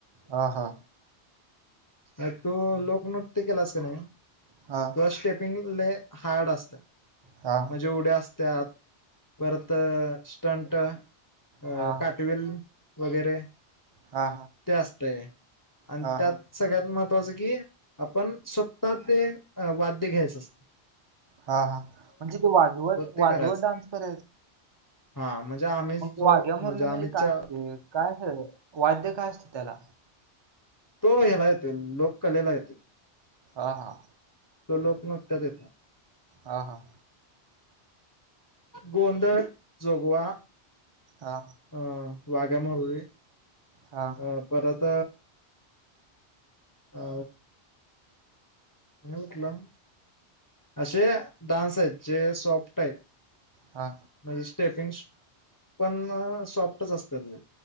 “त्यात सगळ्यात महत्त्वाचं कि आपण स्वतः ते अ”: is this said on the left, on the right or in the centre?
Left